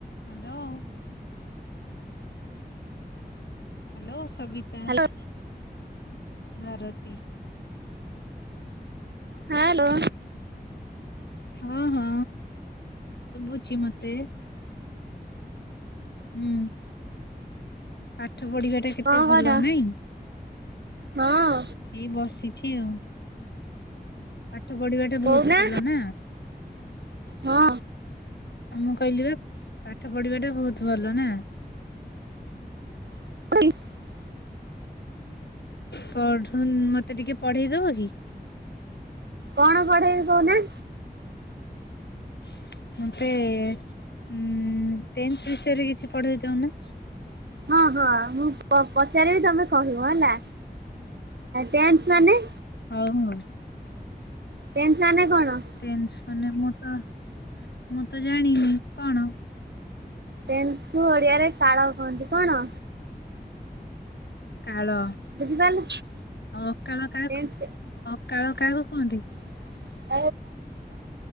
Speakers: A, on the left (about 85°); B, on the right (about 85°).
A: Hello. Hello Sabita
B: hello
A: Bharati.
B: Hello.
A: ହଁ ହଁ ଶୁଭୁଛି ମତେ। ହୁଁ ପାଠ ପଢିବା ଟା କେତେ
B: କଣ
A: ଭଲ
B: କରୁଛ?
A: ନାଇଁ।
B: ହଁ।
A: ଏଇ ବସିଛି ଆଉ। ପାଠ ପଢିବା ଟା ବହୁତ
B: କହୁନା
A: ଭଲ ନା।
B: ହଁ
A: ଆଉ ମୁଁ କହିଲି ପାଠ ପଢିବା ଟା ବହୁତ ଭଲ ନା।
B: <inaudible>
A: ପଢୁନ ମତେ ଟିକେ ପଢେଇଦବ କି।
B: କଣ ପଢେଇବି କହୁନା।
A: <inaudible> ମତେ ଉ ଟେନ୍ସ ବିଷୟରେ କିଛି ପଢେଇ ଦଉନା।
B: ହଁ ହଁ ମୁଁ ପଚାରିବି ତମେ କହିବ ହେଲା ଟେନ୍ସ ମାନେ।
A: ହଉ ହଉ।
B: ଟେନ୍ସ ମାନେ କଣ।
A: ଟେନ୍ସ ମାନେ ମୁଁ ତ ମୁଁ ତ ଜାଣିନି କଣ।
B: ଟେନ୍ସ ଜୁ ଓଡିଆରେ କାଳ କହନ୍ତି କଣ।
A: କାଳ।
B: ବୁଝିପାରିଲ
A: ଆଉ ଅକାଳ କାହାକୁ
B: ଟେନ୍ସ
A: ଅକାଳ କାହାକୁ କୁହନ୍ତି।
B: <inaudible>